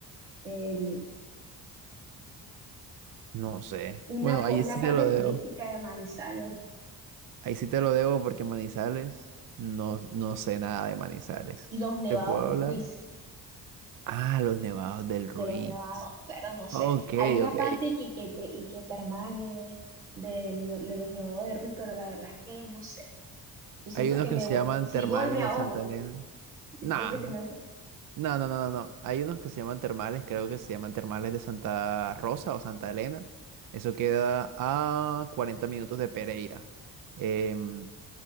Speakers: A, on the right; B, on the right.
A: el,
B: No sé.
A: una,
B: Bueno,
A: po-
B: ahí
A: una
B: sí
A: parte
B: te lo
A: turística
B: debo.
A: de Manizales
B: Ahí sí te lo debo porque Manizales, no, no sé nada de Manizales.
A: los nevados
B: ¿Te puedo
A: de
B: hablar?
A: Ruiz?
B: Ah, los nevados del Ruiz.
A: de los nevados, pero no sé.
B: Ok,
A: Hay una
B: ok.
A: parte que, que, tre- y que termales de, lo- de los nevados de Ruiz, pero la verdad es que no sé. Yo siento
B: Hay unos
A: que
B: que
A: me,
B: se
A: vo-
B: llaman
A: si
B: termales
A: voy me
B: de
A: ahogo.
B: Santa Elena.
A: Yo
B: Nah,
A: siento que se me...
B: no, no, no, no, no. Hay unos que se llaman termales, creo que se llaman termales de Santa Rosa o Santa Elena. Eso queda a 40 minutos de Pereira. Em,